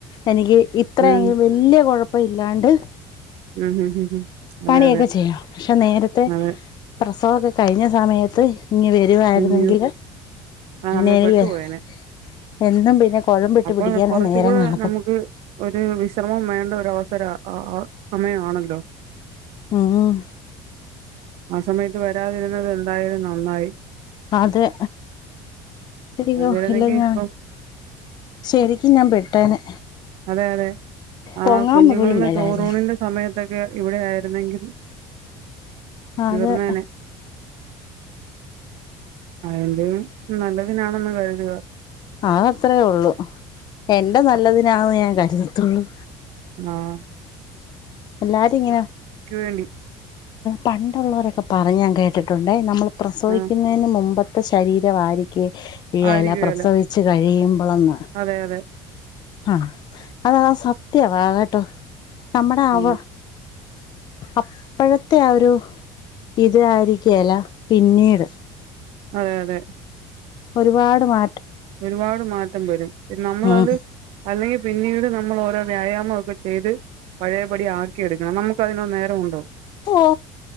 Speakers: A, on the left; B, on the right.
A: എനിക്... ഇത്രയ്
B: ഉം
A: വല്ല്യ കുഴപ്പ ഇല്ലാണ്ട്...
B: ഉം ഉം ഉം.. അതെ
A: പണിയൊക്കെ
B: അതെ
A: ചെയ്യാം. പക്ഷെ, നേരത്തെ
B: അതെ
A: പ്രസവൊക്കെ കഴിഞ്ഞ സമയത്ത് ഇനി വെ <unintelligible> വായിരുന്നെങ്കി
B: അയ്യോ ആഹ്
A: <unintelligible>
B: നമ്മൾ പെട്ടുപോയേനെ
A: എന്നും പിന്നെ... കുഴമ്പിട്ട്
B: അപ്പൊ
A: പിടിക്കാനാ
B: കുറച്ചുകൂടെ
A: നേരം കാണത്തുള്ളൂ.
B: നമുക്ക് ഒരു വിശ്രമം വേണ്ട. ഒര അവസര അ ആ സമയാണല്ലോ?
A: ഉം ഉം
B: ആ സമയത്ത് വരാതിരുന്നത് എന്തായാലും നന്നായി.
A: അതെ, ഹിയോ
B: വന്നിരുന്നെങ്കിൽ
A: ഇല്ല ഞാൻ...
B: ഇപ്പം
A: ശരിക്കും ഞാൻ പെട്ടേനെ.
B: അതെ അതെ, ആഹ്
A: പൊങ്ങാൻ
B: കുഞ്ഞുങ്ങളുടെ
A: പോലും മേലായിരുന്നു
B: ചോറൂണിന്റെ സമയത്തൊക്കെ ഇവിടെ ആയിരുന്നെങ്കിൽ
A: അതെ.
B: തീർന്നേനെ അന്റെയും നല്ലതിനാണെന്ന് കരുതുക.
A: ആ അത്രേ ഉള്ളു എന്റെ നല്ലതിനാന്ന് ഞാൻ കരുതത്തുള്ളൂ.
B: ആഹ്
A: എല്ലാരു ഇങ്ങനെ....
B: വേണ്ടി
A: പണ്ടുള്ളൊരൊക്കെ പറഞ്ഞ ഞാ കേട്ടിട്ടുണ്ടേ നമ്മള്... പ്രസവിക്കുന്നതിന്
B: ആ
A: മുമ്പത്തെ ശരീര ആയിരിക്കെയെല
B: ആയിരിക്കുവല്ലോ
A: പ്രസവി... ച്ച് കഴിയുമ്പോളന്ന്?
B: അതെ അതെ.
A: ആഹ്, അതതാ സത്യവാകട്ടോ നമ്മുടെ അവ...
B: ഉം
A: അപ്പോഴത്തെ ആ ഒരു ഇത് ആയിരികേല പിന്നീട്.
B: അതെ അതെ.
A: ഒരുപാട് മാ
B: ഒരുപാട് മാറ്റം വരും നമ്മളത്...
A: ഉം
B: അല്ലെങ്കിൽ പിന്നീട് നമ്മൾ ഓരോ വ്യായാമം ഒക്കെ ചെയ്ത്... പഴേ പടി ആക്കി എടുക്കണം. നമുക്ക് അതിനോ നേരമുണ്ടോ?
A: ഹോ